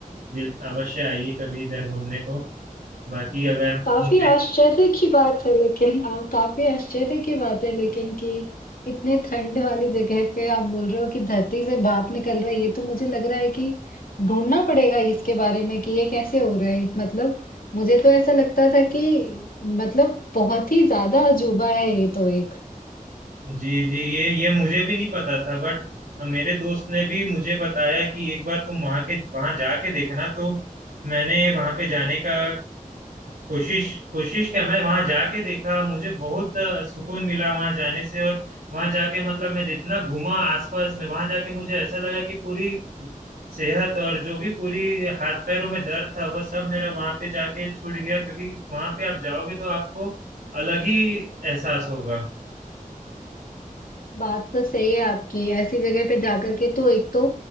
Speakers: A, on the right; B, on the left.
A: बिल अवश्य आइए कभी इधर घूमने को बाकी अगर
B: काफ़ी
A: मुझे
B: आश्चर्य की बात है लेकिन अ, काफ़ी आश्चर्य की बात है लेकिन कि इतने ठंड वाली जगह पे आप बोल रहे हो कि धरती से भाप निकल रहा है ये तो मुझे लग रहा है कि ढूंढना पड़ेगा इसके बारे में कि ये कैसे हो रहा है मतलब मुझे तो ऐसा लगता था कि मतलब बहुत ही ज्यादा अजूबा है ये तो एक
A: जी जी ये ये मुझे भी नहीं पता था बट मेरे दोस्त ने भी मुझे बताया कि एक बार तुम वहां के वहां जाके देखना तो मैंने वहां पे जाने का कोशिश कोशिश किया मैं वहां जाके देखा मुझे बहुत अ, सुकून मिला वहां जाने से और वहां जाके मतलब मैं जितना घूमा आसपास में वहां जाके मुझे ऐसा लगा कि पूरी सेहत और जो भी पूरी हाथ पैरों में दर्द था वह सब मेरा वहां पे जाके छूट गया क्योंकि वहां पे आप जाओगे तो आपको अलग ही एहसास होगा
B: बात तो सही है आपकी ऐसी जगह पे जाकर के तो एक तो